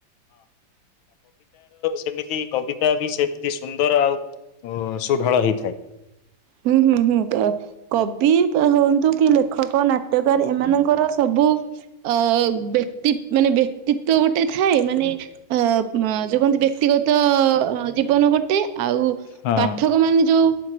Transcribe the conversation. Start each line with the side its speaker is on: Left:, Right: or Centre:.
Left: ଯେମିତି କବିତା ବି ସେମିତି ସୁନ୍ଦର ଆଉ ସୁଢାଳ ହେଇଥାଏ।
Right: ହୁଁ ହୁଁ ହୁଁ କବି ହୁଅନ୍ତୁ କି ଲେଖକ ନାଟ୍ୟକାର ଏମାନଙ୍କର ସବୁ ଅ ବ୍ୟକ୍ତି ମାନେ ବ୍ୟକ୍ତିତ୍ଵ ଗୋଟେ ଥାଏ ମାନେ ଅ ଯୋଉ କହନ୍ତି ବ୍ୟକ୍ତିଗତ ଜୀବନ ଗୋଟେ ଆଉ
Left: ହଁ।
Right: ପାଠକ ମାନେ ଯୋଉ